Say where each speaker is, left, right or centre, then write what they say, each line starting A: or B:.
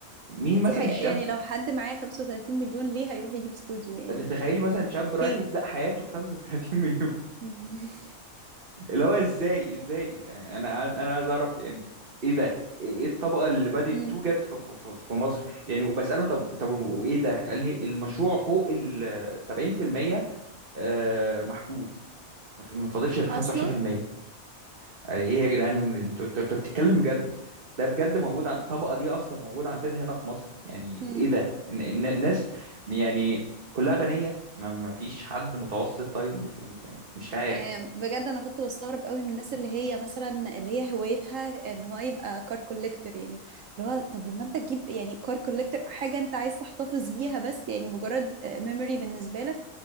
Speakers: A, on the right; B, on the right.
A: مين
B: دي
A: مثلا
B: حقيقة
A: الشاب
B: يعني لو حد معاه 35 مليون ليه هيروح يجيب استوديو يعني
A: تتخيلي مثلا شاب رايح
B: ليه
A: يبدا حياته ب 35 <laughs> مليون
B: <laughs>
A: اللي هو ازاي ازاي يعني انا عايز- انا عايز اعرف يعني ايه ده ايه الطبقه اللي بدات
B: مم.
A: توجد في في في في مصر يعني وبساله طب طب وايه ده قال لي المشروع فوق ال 70% آه، محجوز ما في- ما فاضلش غير 25%
B: أصلا
A: يعني ايه يا جدعان انتوا انتوا انتوا بتتكلم جد ده بجد موجود عن الطبقه دي اصلا موجوده عندنا هنا في مصر يعني
B: مم.
A: ايه ده إن- إن الناس يعني كلها غنيه ما ما فيش حد متوسط طيب ما في- ما في- يعني مش عارف
B: آه، بجد انا كنت بستغرب قوي من الناس اللي هي مثلا اللي هي هوايتها ان هو يبقى كار كوليكتور يعني اللي هو طب لما انت تجيب يعني كار كوليكتور حاجه انت عايز تحتفظ بيها بس يعني مجرد ميموري بالنسبه لك